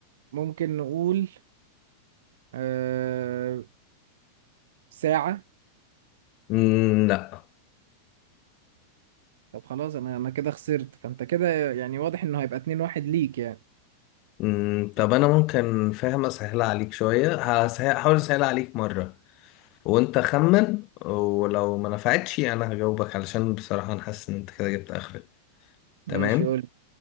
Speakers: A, on the right (about 60°); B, on the left (about 40°).
A: ممكن نقول آه ساعة
B: مم، لا
A: طب خلاص انا انا كده خسرت فانت كده يعني واضح انه هيبقى اتنين واحد ليك يعني
B: مم، طب انا ممكن فاهم اسهلها عليك شويه هسهل- هحاول اسهلها عليك مره وانت خمن ولو ما نفعتش انا هجاوبك علشان بصراحه انا حاسس ان انت كده جبت اخرك
A: ماشي
B: تمام
A: قول